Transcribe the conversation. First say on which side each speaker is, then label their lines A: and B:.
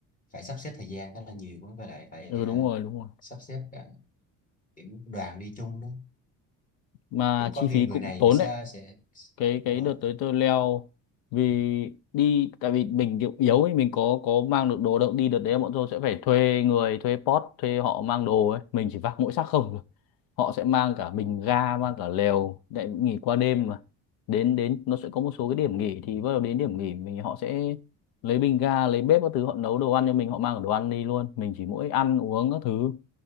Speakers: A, on the left; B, on the left.
A: phải sắp xếp thời gian khá là nhiều quá và lại phải
B: ừ
A: ờ,
B: đúng rồi đúng rồi
A: sắp xếp cả kiểu đoàn đi chung đó
B: mà
A: chứ
B: chi
A: có
B: phí
A: khi người
B: cũng
A: này
B: tốn
A: người sẽ
B: đấy
A: sẽ
B: cái
A: đúng
B: cái
A: rồi
B: đợt tới tôi leo vì đi tại vì mình kiểu yếu ấy mình có có mang được đồ đâu đi đợt đấy bọn tôi sẽ phải thuê người thuê pot thuê họ mang đồ ấy mình chỉ vác mỗi xác không thôi họ sẽ mang cả bình
A: ờ.
B: ga mang cả lều để nghỉ qua đêm mà đến đến nó sẽ có một số cái điểm nghỉ thì bắt đầu đến điểm nghỉ mình họ sẽ lấy bình ga lấy bếp các thứ họ nấu đồ ăn cho mình họ mang cả đồ ăn đi luôn mình chỉ mỗi ăn uống các thứ